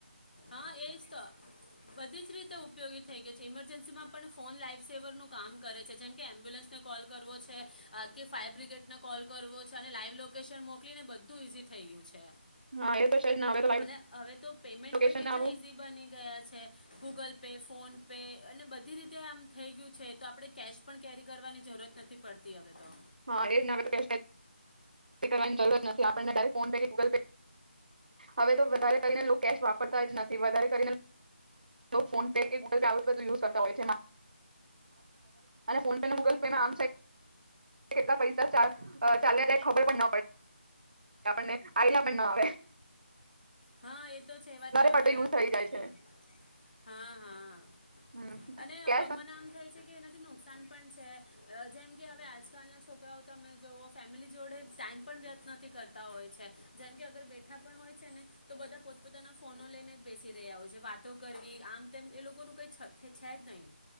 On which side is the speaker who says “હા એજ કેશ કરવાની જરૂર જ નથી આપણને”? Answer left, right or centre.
Right